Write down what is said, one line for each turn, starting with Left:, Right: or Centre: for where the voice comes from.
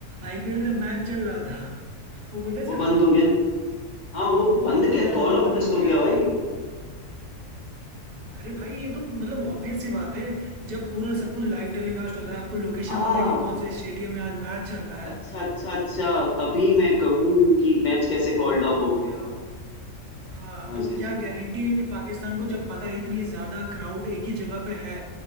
Right: आईपीएल का मैच चल रहा था वो पता
Left: वो
Right: चला
Left: बंद हो गया ना हाँ वो बंद
Right: हाँ
Left: कै कॉल
Right: हाँ
Left: ऑफ
Right: बंद
Left: कैसे
Right: हो
Left: हो
Right: गया
Left: गया भाई
Right: अरे भाई ये तो मतलब ऑब्वियस सी बात है जब पूरा सब कुछ लाइव टेलीकास्ट होता है आपको लोकेशन
Left: आ
Right: पता है कि कौन से स्टेडियम में आज मैच चल रहा है
Left: अच्छा अच्छा अच्छा तभी मैं कहूँ कि मैच कैसे
Right: हाँ
Left: कॉल्ड ऑफ हो गया
Right: हाँ
Left: समझ
Right: तो
Left: गया
Right: क्या
Left: समझ
Right: गारंटी
Left: गया
Right: है कि पाकिस्तान को जब पता है इतनी ज्यादा क्राउड एक ही जगह पे है